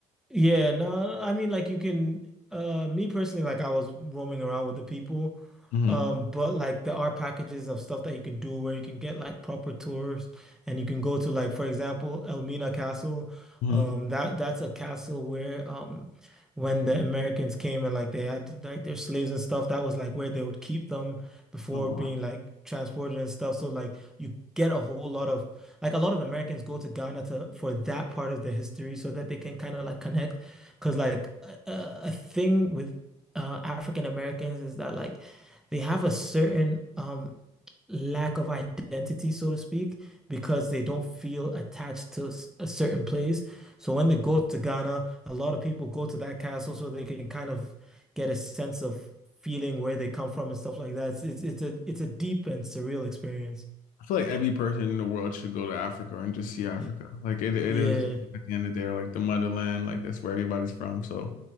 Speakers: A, in the centre; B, on the left.
A: yeah, no, I mean like you can uh me personally like I was roaming around with the people.
B: hmm
A: Um, but like there are packages of stuff that you can do where you can get like proper tours and you can go to like for example Elmina Castle.
B: hmm
A: Um that that's a castle where um when the Americans came and like they had like their slaves and stuff, that was like where they would keep them before
B: Oh wow.
A: being like transported and stuff. So like you get a whole lot of like a lot of Americans go to Ghana to for that part of the history so that they can kind of like connect. Because like a, a thing with uh, African Americans is that like they have a certain um lack of identity, so to speak, because they don't feel attached to s- a certain place. So when they go to Ghana, a lot of people go to that castle so they can kind of get a sense of feeling where they come from and stuff like that. It's it's, it's a it's a deep and surreal experience.
B: I feel like every person in the world should go to Africa and just see Africa.
A: Y-
B: Like it, it
A: Yeah,
B: is at the end of the day, like the motherland, like that's where everybody's from. So, you